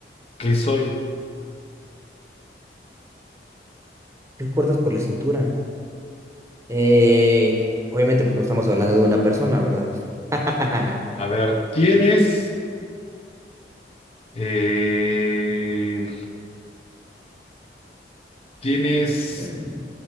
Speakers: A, on the left; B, on the right.
A: ¿Qué soy?
B: ¿Qué cortas por la cintura? Eh, obviamente, pues no estamos hablando de una persona, ¿verdad? <laughs>
A: A ver, tienes, eh, tienes
B: Mm,